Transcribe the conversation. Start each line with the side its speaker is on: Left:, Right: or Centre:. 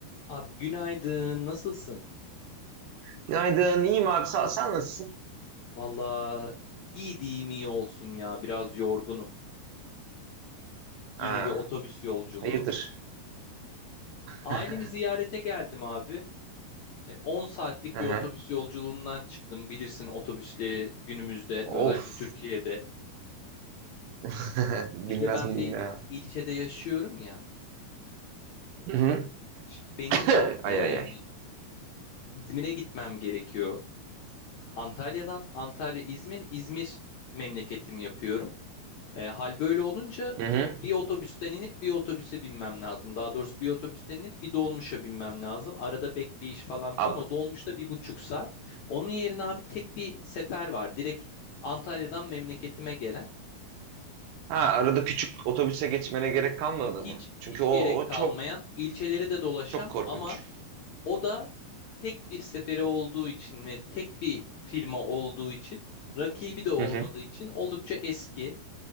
Left: Abi günaydın, nasılsın?
Right: Günaydın, iyiyim abi sağ ol. Sen nasılsın?
Left: Valla iyi diyeyim iyi olsun ya, biraz yorgunum. Yine
Right: Aa,
Left: bir otobüs yolculuğu.
Right: hayırdır? <laughs>
Left: Ailemi ziyarete geldim abi. E, 10 saatlik
Right: Aha.
Left: bir otobüs yolculuğundan çıktım. Bilirsin otobüsleri günümüzde özellikle
Right: Of.
Left: Türkiye'de.
Right: <laughs> Bilmez
Left: Bir de ben
Right: miyim
Left: bir
Right: ya?
Left: ilçede yaşıyorum ya.
Right: Hı-hı.
Left: Şimdi benim
Right: <coughs> Ay
Left: e,
Right: ay ay.
Left: İzmir'e gitmem gerekiyor. Antalya'dan Antalya İzmir, İzmir memleketim yapıyorum. E, hal böyle olunca
Right: Hı-hı.
Left: bir otobüsten inip bir otobüse binmem lazım. Daha doğrusu bir otobüsten inip bir dolmuşa binmem lazım. Arada bekleyiş falan filan.
Right: Ab
Left: O dolmuşta bir buçuk saat. Onun yerine abi tek bir sefer var. Direkt Antalya'dan memleketime gelen.
Right: ha arada küçük otobüse geçmene gerek kalmadı
Left: Hiç
Right: mı? Çünkü
Left: hiç
Right: o,
Left: gerek
Right: o
Left: kalmayan,
Right: çok
Left: ilçeleri de dolaşan
Right: çok korkunç.
Left: ama o da tek bir seferi olduğu için ve tek bir firma olduğu için, rakibi de olmadığı
Right: Hı-hı.
Left: için oldukça eski.